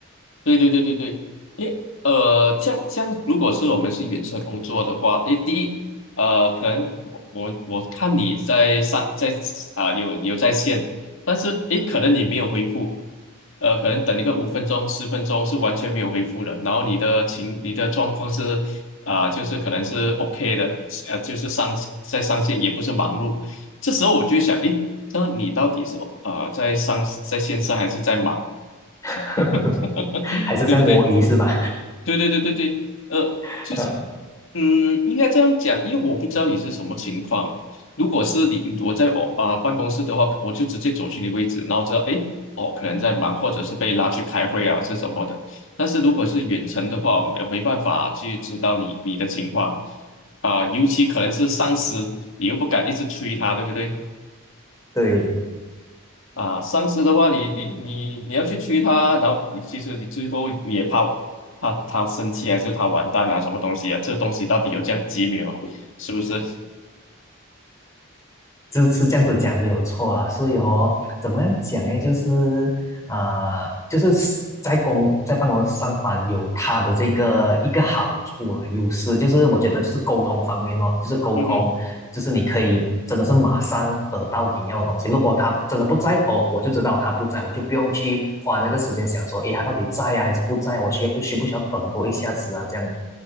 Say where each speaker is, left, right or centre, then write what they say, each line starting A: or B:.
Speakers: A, on the left; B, on the left.
A: 对对对对对，诶，呃，这样这样，如果是我们是远程工作的话，诶，第一，呃，可能我我我看你在上在啊、有有在线，但是诶，可能你没有回复，呃，可能等一个五分钟十分钟是完全没有回复的，然后你的情你的状况是啊、就是可能是 OK 的，呃，就是上在上线也不是忙碌，这时候我就想，诶，那你到底是啊、呃在上在线上还是在忙？
B: <laughs>
A: <laughs>
B: 还是在摸鱼是吧？
A: 对不对？对对对对对，呃，
B: <laughs>
A: 就是，嗯，应该这样讲，因为我不知道你是什么情况。如果是你我在我啊、办公室的话，我就直接走去你位置，然后知道，诶，哦，可能在忙，或者是被拉去开会啊，是什么的。但是如果是远程的话，我没没办法去知道你你的情况啊、尤其可能是上司，你又不敢一直催他，对不对？
B: 对。
A: 啊，上司的话你，
B: 嗯。
A: 你你你要去催他，然后你其实你最后也怕怕他生气，还是他完蛋啊，什么东西啊？这东西到底有这样急没有？是不是？
B: 就是这样子讲没有错啦，所以哦，怎么样讲呢？就是呃，就是在公在办公室上班有他的这个一个好处了，优势就是我觉得就是沟通方面哦，就是沟通，
A: 嗯哼，
B: 就是你可以真的是马上得到你要的东西。如果他真的不在哦，我就知道他不在，我就不用去花那个时间想说，诶，他到底在啊还是不在？我需要不需不需要等多一下子啊？这样